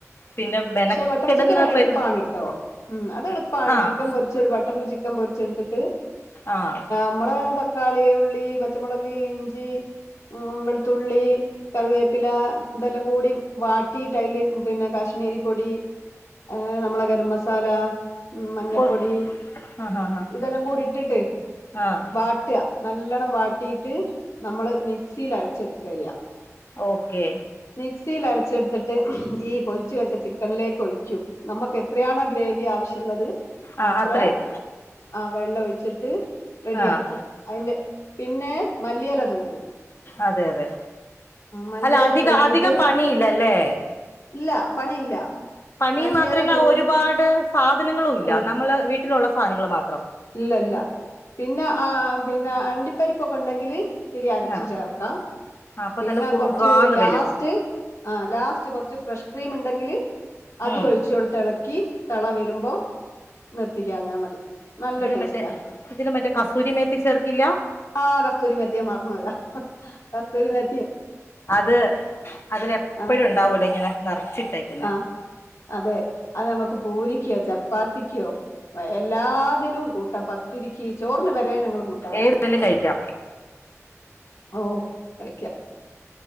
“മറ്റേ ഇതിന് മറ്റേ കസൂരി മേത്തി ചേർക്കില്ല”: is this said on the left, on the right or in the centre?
Left